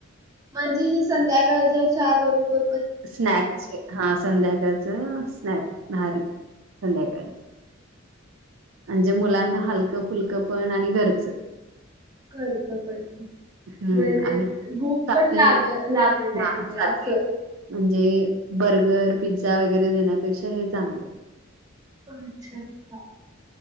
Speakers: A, on the right; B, on the right.
A: म्हणजे ही संध्याकाळच्या चहा बरोबर.
B: स्नॅक् हा संध्याकाळचं स्नॅक नारी संध्याकाळच. म्हणजे मुलांना हलकं फुलकं पण आणि घरचं.
A: घरचं पण
B: हम्म
A: म्हणजे
B: आणि
A: भूक
B: सात्विक
A: पण लाग लागल टाईम
B: हा
A: व
B: सात्विक
A: असं.
B: म्हणजे बर्गर पिझ्झा वगैरे देण्यापेक्षा हे चांगलं.
A: अच्छा अच्छा.